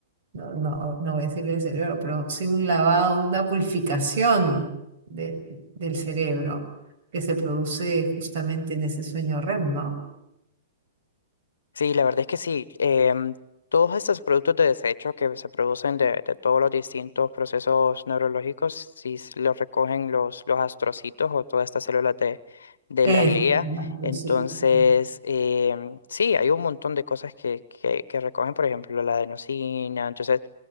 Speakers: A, on the right; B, on the left.
A: no, no, no voy a decir del cerebro, pero sí un lavado, una purificación de- del cerebro que se produce justamente en ese sueño REM, ¿no?
B: Sí, la verdad es que sí. Em, todos estos productos de desecho que se producen de, de todos los distintos procesos neurológicos, si s- los recogen los, los astrocitos o todas estas células de, de
A: Es
B: la glía,
A: más cositas.
B: entonces
A: ¿no?
B: em, sí, hay un montón de cosas que, que, que recogen, por ejemplo, la adenosina. Entonces,